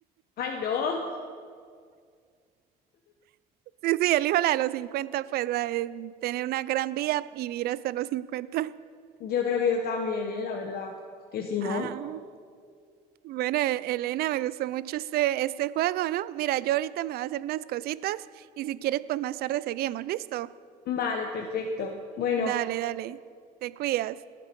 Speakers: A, on the left (about 65°); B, on the right (about 65°).
A: ay, no,
B: Sí, sí, elijo la de los 50 pues, la de tener una gran vida y vivir hasta los cincuenta
A: yo creo que yo también, ¿eh? La verdad, que si no.
B: Ah. Bueno, Elena, me gustó mucho este, este juego, ¿no? Mira, yo ahorita me voy a hacer unas cositas y si quieres, pues más tarde seguimos, ¿listo?
A: Vale, perfecto. Bueno.
B: Dale, dale, te cuidas.